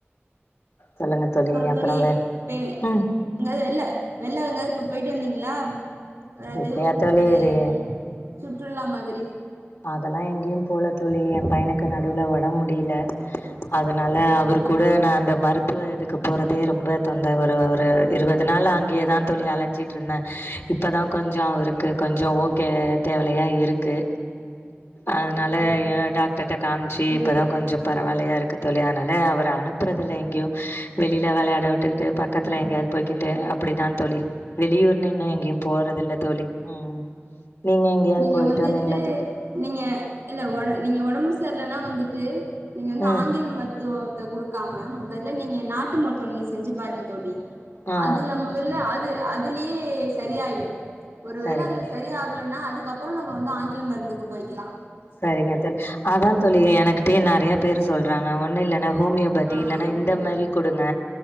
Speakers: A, on the left (about 75°); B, on the right (about 85°).
A: சொல்லுங்க தோழி
B: அப்புறோ
A: அப்புறம் வேற
B: இப்ப
A: ம்
B: எங்காவது வெள்ள வெள்ள எங்காவது இப்ப போயிட்டு வந்தீங்களா அதாவது
A: இப்பயா தோழி
B: ஒரு
A: இது
B: சுற்றுலா மாதிரி
A: அதெல்லாம் எங்கேயும் போல தோழி என் பையனுக்கு நடுவுல உடம்பு முடியல அதனால
B: ம்
A: அவரு கூட
B: ம்
A: நா அந்த மருத்துவ இதுக்கு போறதே ரொம்ப தொந்த ஒரு ஒரு
B: ஓ
A: இருவது நாள் ஆங்க அங்கேதா
B: அப்படி
A: தோழி அலைஞ்சி ட்ருந்த இப்பதா
B: ஆ
A: கொஞ்சம் இருக்கு கொஞ்சம் ஓகே தேவலையா இருக்கு அதனால
B: ம் ம்
A: டாக்டர்ட்ட காமிச்சு
B: புரியுது
A: இப்பதான் கொஞ்சம்
B: ஆ
A: பரவாயில்லையா இருக்கு தோழி அதனால அவர அனுப்புறதுல்ல எங்கயும் வெளியில வெளையாட வுட்டுக்கிட்டு
B: ம்
A: பக்கத்துல
B: ம்
A: எங்கயாவது போய்கிட்டு அப்படிதான் தோழி வெளியூர் இன்னு இன்னு எங்கயும் போறதில்ல தோழி ம் நீங்க எங்கயாவது
B: நீங்க
A: போயிட்டு
B: வந்துட்டு
A: வந்தீங்களா தோழி
B: நீங்க இல்ல உட நீங்க உடம்பு சரியில்லனா வந்துட்டு நீங்க வந்து
A: ம்
B: ஆங்கில மரு த்துவத்த குடுக்காம மொதல்ல நீங்க நாட்டு மருத்துவம் நீங்க செஞ்சு பாருங்க தோழி
A: ஆ
B: அதுல முத இல்ல அது அதுலயே சரியாகிடும் ஒரு வேள
A: சரிங்க
B: அதுல சரியாகலனா அதுக்கப்புறம் நம்ப வந்து ஆங்கில மருந்துக்கு போய்க்கிலாம்
A: சரிங்க தோழி அதான் தோழி எனகிட்டயே நெறையா பேரு சொல்றாங்க ஒன்னும் இல்லன்னா ஹோமியோ பதி
B: ஆ
A: இல்லன்னா இந்த
B: ம்
A: மாரி குடுங்க